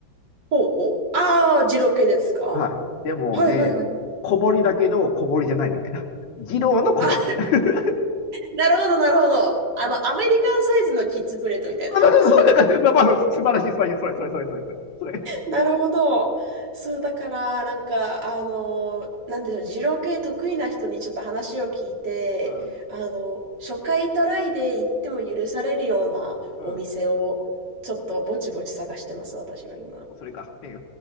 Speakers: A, on the right (about 65°); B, on the left (about 70°).
A: ほうほう <laughs>。ああ、二郎系ですか
B: はい。でもね、
A: はいはいはい。
B: 子守だけど、子守じゃないみたいな。児童の子守みたいな。
A: あなるほど、なるほど。あの、アメリカンサイズのキッズプレートみたいな感じですね。
B: <laughs> そうそうそうそうまあまあ、素晴らしい、素晴らしい。それ、それ、それ、それ、それ。それ、
A: なるほど。そう、だから、なんか、あの、なんでしょう、二郎系得意な人にちょっと話を聞いて、
B: うん
A: あの、初回トライで行っても許されるようなお店を、
B: うん。
A: ちょっとぼちぼち探してます、私は今。
B: それか、ね、